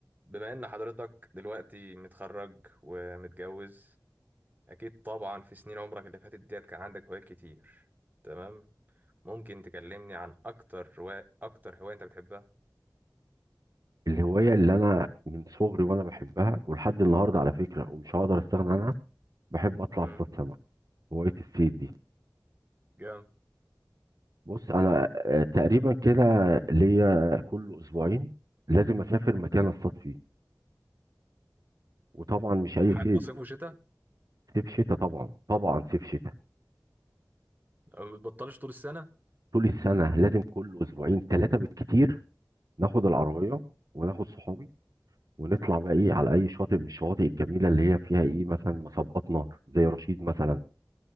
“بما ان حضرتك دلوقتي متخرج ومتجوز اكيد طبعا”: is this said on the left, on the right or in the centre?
Right